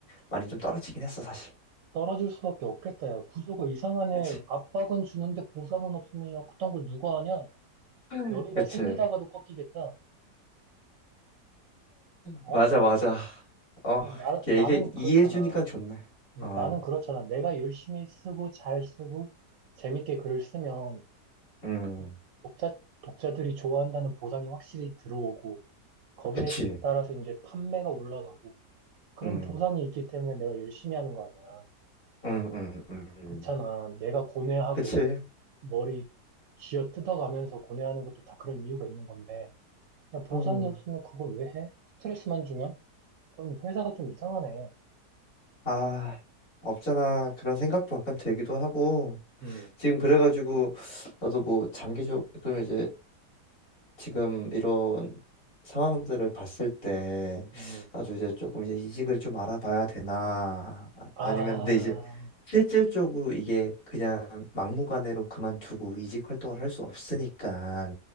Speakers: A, on the left; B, on the right.
A: 많이 좀 떨어지긴 했어 사실
B: 떨어질 수밖에 없겠다, 야. 구조가 이상하네.
A: 그치
B: 압박은 주는데 보상은 없으면, 야, 그딴 걸 누가 하냐?
A: <laughs>
B: 열의가
A: 그치.
B: 생기다가도 꺾이겠다. 어?
A: 맞아, 맞아. 어,
B: 야, 나,
A: 이게
B: 나는
A: 이게 이해해주니까
B: 그렇잖아.
A: 좋네.
B: 음,
A: 어,
B: 나는 그렇잖아. 내가 열심히 쓰고 잘 쓰고 재밌게 글을 쓰면
A: 음,
B: 그 독자, 독자들이 좋아한다는 보상이 확실히 들어오고 거기에
A: 그치.
B: 따라서 이제 판매가 올라가고 그런
A: 음,
B: 보상이 있기 때문에 내가 열심히 하는 거 아니야.
A: 음, 음, 음, 음.
B: 그렇잖아. 내가 고뇌하고
A: 그치.
B: 머리 쥐어 뜯어가면서 고뇌하는 것도 다 그런 이유가 있는 건데 야, 보상이
A: 음,
B: 없으면 그걸 왜 해? 스트레스만 주면? 그럼 회사가 좀 이상하네.
A: 아, 없잖아. 그런 생각도 약간 들기도 하고.
B: 음,
A: 지금 그래가지고, 나도 뭐, 장기적, 그럼 이제 지금 이런 상황들을 봤을 때
B: 음.
A: 나도 이제 조금 이제 이직을 좀 알아봐야 되나 아-
B: 아,
A: 아니면 근데 이제 실질적으로 이게 그냥 막무가내로 그만두고 이직 활동을 할 수 없으니까